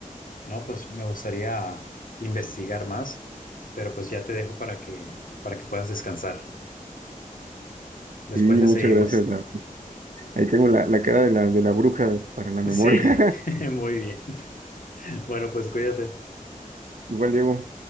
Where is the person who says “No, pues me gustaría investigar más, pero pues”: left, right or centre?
Left